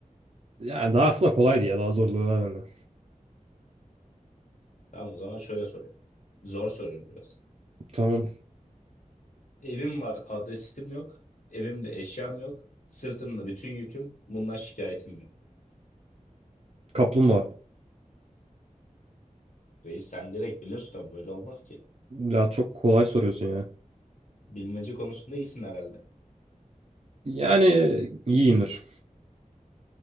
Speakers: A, on the right; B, on the left.
A: Yani daha aslında kolaydı ya. Daha zorları var bende.
B: Tamam o zaman şöyle soruyorum. Zor soruyorum biraz.
A: Tamam.
B: Evim var, adresim yok. Evimde eşyam yok. Sırtımda bütün yüküm. Bundan şikayetim yok.
A: Kaplumbağa.
B: Reis sen direkt biliyorsun ama böyle olmaz ki.
A: Ya çok kolay soruyorsun ya.
B: Bilmece konusunda iyisin herhalde.
A: Yani iyiyimdir.